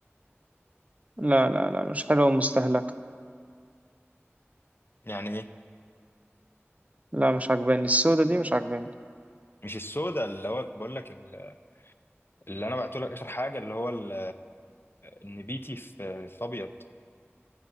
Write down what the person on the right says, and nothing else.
لا لا لا مش حلوه ومستهلكه
لا مش عجباني السودة دي مش عجباني